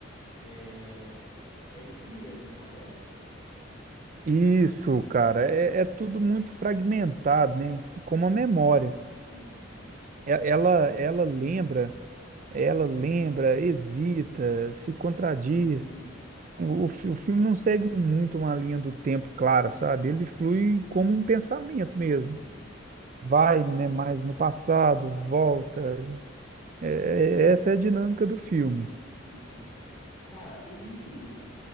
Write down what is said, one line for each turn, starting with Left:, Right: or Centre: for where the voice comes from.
Left: É, é isso mesmo, correto?
Right: Isso, cara, é, é tudo muito fragmentado, né? Como a memória.
Left: Uhum,
Right: E- Ela, ela lembra, ela lembra, hesita, se contradiz.
Left: sim,
Right: O, o fi- o filme não segue muito uma linha do tempo clara, sabe? Ele flui como um pensamento mesmo.
Left: uhum,
Right: Vai, né, mais no passado, volta. É- é- essa é a dinâmica do filme.
Left: uhum. Cara, e,